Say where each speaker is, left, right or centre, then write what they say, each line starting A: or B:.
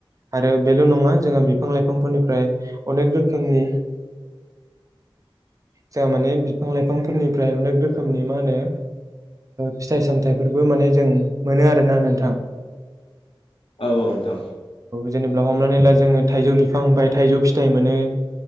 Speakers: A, on the right (about 35°); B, on the left (about 80°).
A: आरो बेल' नङा जोंहा बिफां लाइफांफोरनिफ्राय अनेक रोखोमनि जाहा माने बिफां लाइफांफोरनिफ्राय अनेक रोखोमनि मा होनो? फिथाइ सामथाइफोरबो माने जों मोनो आरोना नोंथां?
B: औ औ नोंथां
A: जेनेब्ला हमनानै ला जोङो थाइजौ बिफांनिफाय थाइजौ फिथाइ मोनो